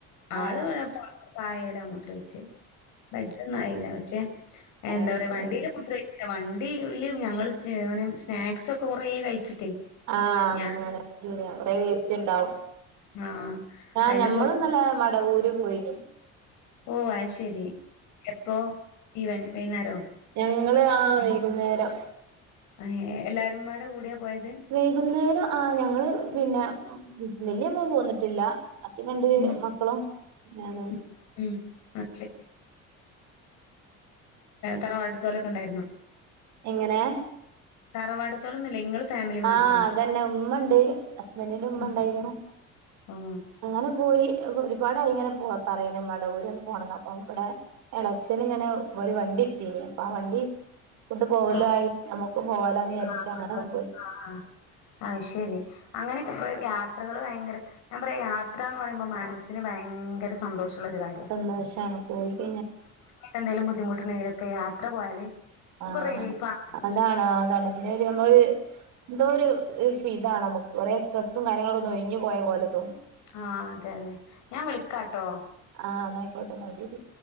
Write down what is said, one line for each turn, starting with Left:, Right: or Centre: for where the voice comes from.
Left: ആള്
Right: ഏഹ്
Left: പായെല മൂത്രയിച്ചേ. ബെഡ്‌ലോന്നും ആയില്ല പക്ഷേ
Right: അഹ്
Left: എന്താ പറയാ
Right: ശരി
Left: വണ്ടില്
Right: ശരി
Left: മൂത്ര വണ്ടിയില് ഞങ്ങള്ൾമറ്റേ സ്നാക്സ്സോക്കെ കുറെ കഴിച്ചിട്ടേ
Right: ആഹ്
Left: ഞാൻ
Right: അങ്ങനെ ശരിയ കൊറെവേസ്റ്റ് ഒക്കെണ്ടാവും
Left: ആഹ്
Right: ആ
Left: അയിന്റെ
Right: ഞമ്മള്
Left: പൊ
Right: ഇന്നലെ മടവൂര് പോയിനി.
Left: ഓ അത്ശരി എപ്പോ ഇവനിംഗ് വൈന്നാരോ?
Right: ഞങ്ങള് ആഹ് വൈകുന്നേരം.
Left: ഏഹ് എല്ലാരുംമാടെ കൂടിയാ പോയത്
Right: വൈകുന്നേരം ആ ഞങ്ങള് പിന്നെ വ വെല്ല്യമോ പോന്നിട്ടില്ല. എനിക്ക് രണ്ട്
Left: ഉം
Right: മക്കളും ഞാന.
Left: ഉം ഉം ഒക്കെ തറവാട്ട്ത്തോലൊക്കെ ണ്ടായിരുന്നോ?
Right: എങ്ങനെ?
Left: തറവാട്ത്തോലൊന്നും ഇല്ലേ ഇങ്ങള് ഫാമിലി മാത്രോ?
Right: ആ അതന്നെ ഉമ്മണ്ട് ഹസ്ബന്റിന്റെ ഉമ്മ
Left: ഉം
Right: ഉണ്ടായിനു.
Left: ഉം ഓഹ്
Right: അങ്ങനെ പോയി ഒരുപാടയിങ്ങനെ പറയുന്നു മടെവൂരൊന്ന് പോണം ന്ന് അപ്പൊ ഇവിടെ എളച്ചന് ങ്ങനെ ഒരു വണ്ടി ഇട്ത്തീനി അപ്പൊ ആ വണ്ടി ണ്ട് പോവലായി
Left: ആഹ്
Right: നമുക്കും പോകാലാന്ന്ചാരിച്ചിട്ട്
Left: ആഹ് കൊണ്ടോന്ന്.
Right: അങ്ങനാ പോയി.
Left: ആഹ് ആ ശരി അങ്ങനെ, ഇപ്പൊ യാത്രകള് ഭയങ്കര ഞാൻ പറയാ യാത്ര എന്ന് പറയുമ്പോൾ മനസ്സിന് ഭയങ്കര സന്തോഷള്ള ഒരു കാര്യ
Right: സന്തോഷാണ് പോയി കഴിഞ്ഞാൽ
Left: മറ്റെന്തങ്കും ബുദ്ധിമുട്ടണ്ടെങ്കലൊക്കെ യാത്ര പോയാല് നമുക്ക്
Right: ആ
Left: റിലീഫാണ്.
Right: അതാണ് <unintelligible> നമ്മളോരു എന്തോ ഒരു ഫീ താണ് മുക്ക് കുറേ സ്ട്രെസും കാര്യങ്ങളൊക്ക ഒഴിഞ്ഞു പോയ പോലെ തോന്നും.
Left: ആ അതെ അതെ ഞാൻ വിളിക്കാട്ടോ.
Right: ആഹ് ന്നാ അയ്ക്കോട്ടെ ന്നാ ശരി